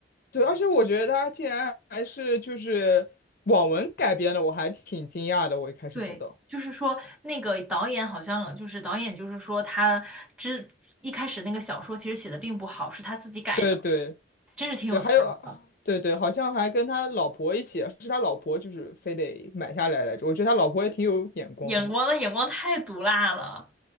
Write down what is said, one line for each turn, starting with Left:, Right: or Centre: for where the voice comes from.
Left: 对，而且我觉得他竟然还是就是网文改编的，我还挺惊讶的。我一开始知道，
Centre: 对，就是说那个导演好像就是导演，就是说他之一开始那个小说其实写的并不好，是他自己改的，
Left: 对对
Centre: 真是挺有才的，
Left: 对，还有啊对对，好像还跟他老婆一起啊，是他老婆就是非得买下来来着。我觉得他老婆也挺有眼光的。
Centre: 眼光的眼光太毒辣了。